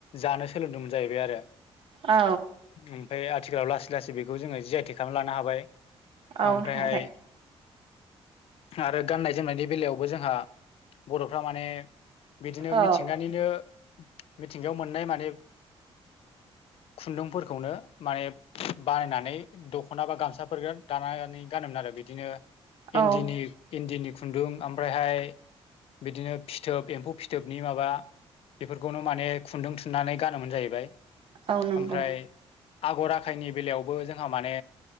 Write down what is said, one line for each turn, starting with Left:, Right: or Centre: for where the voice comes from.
Left: जानो सोलोंदोंमोन जाहैबाय आरो ओमफ्राय
Right: औ
Left: आथिखालाव लासै लासै बेखौ जोंङो जि आइ टेग खालामना लानो हाबाय
Right: औ
Left: ओमफ्रायहाय
Right: हाबाय
Left: आरो गाननाय जोमनायनि बेलायावबो जोंहा बर'फ्रा माने बिदिनो
Right: औ
Left: मिथिंगानिनो मिथिंगायाव मोननाय माने खुन्दुंफोरखौनो माने बानायनानै दख'ना बा गामसाफोर दानानै गानोमोन आरो बिदिनो
Right: औ
Left: इन्दिनि इन्दिनि खुन्दुं ओमफ्रायहाय बिदिनो फिथोब एम्फौ फिथोबनि माबा बेफोरखौनो माने खुन्दुं थुननानै गानोमोन जाहैबाय
Right: औ नंगौ
Left: ओमफ्राय आगर आखायनि बेलायावबो जोंहा माने